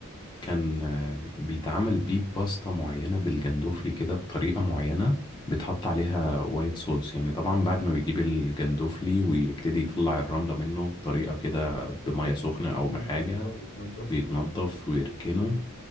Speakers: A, on the left; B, on the left.
A: كان آه، بيتعمل بيه باستا معينة بالجندوفلي كده بطريقة معينة بيتحط عليها وايت صوص يعني طبعا بعد ما بيجيب الجندوفلي ويبتدي يطلع الرملة منه بطريقة كده
B: بتن...
A: بمية سخنة
B: بتنضف
A: أو بحاجة
B: اه بتنضف
A: بيتنضف
B: و...
A: ويركنه